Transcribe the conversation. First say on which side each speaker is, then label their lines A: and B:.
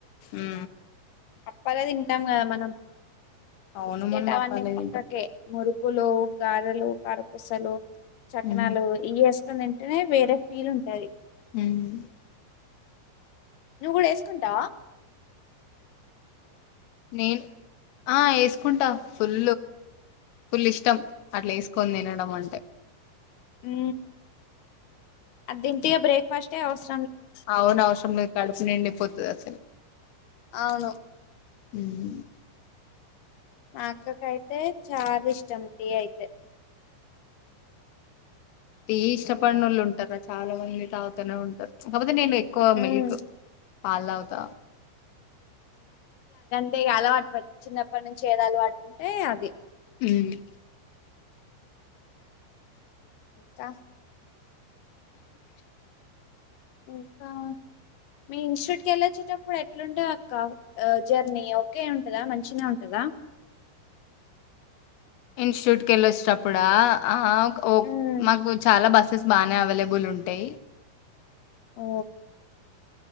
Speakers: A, on the left; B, on the left.
A: ఊ
B: అప్పాలే తింటాం గదా మనం.
A: అవును
B: బిస్కెట్
A: మనం
B: అవన్నీ
A: అప్పాలే
B: పక్కకే
A: తింటాం
B: మురు కులూ, గారెలూ, కారప్పూసలూ
A: ఉమ్
B: నాలు ఇ వేసుకుని తింటేనే వేరే ఫీల్ ఉంటది
A: హ్మ్మ్
B: నువ్వు కూడా వేసుకుంటావా
A: నేను ఆ ఏసుకుంట ఫుల్ ఫుల్ ఇష్టం అట్లా ఏసుకొని తినడం అంటే
B: ఉ అది దింటే ఇగ బ్రేక్ఫాస్ట్ఆ అవస
A: అవును అవసరం లేదు కడుపు నిండిపోతది అసలు
B: అవును
A: హ్మ్మ్
B: మాఅక్కకైతే చాలా ఇష్టం టీ అయితే
A: టీ ఇష్టపడనోళ్ళు ఉంటార చాలా మంది తాగుతనే ఉంటారు కాకపోతే నేను ఎక్కువ
B: ఉమ్
A: మిల్క్ పాలుతాగుత
B: అంటే అలవాటు పట్టి చిన్నప్పటి నుంచి ఏది అలవాటు ఉంటే అది
A: హుమ్మ్
B: కా ఇంకా మీ ఇన్స్టిట్యూట్కి వెళ్ళ వచ్చేటప్పుడు ఎట్లుంటాదక్క జర్నీ ఓకే ఉంటదా మంచినే ఉంటదా
A: ఇన్స్టిట్యూట్ కి వెళ్ళి వచ్చినప్పుడా ఆ
B: ఉమ్
A: మాకు చాలా బస్ స్సెస్ బానే అవైలబుల్ ఉంటాయి
B: ఓ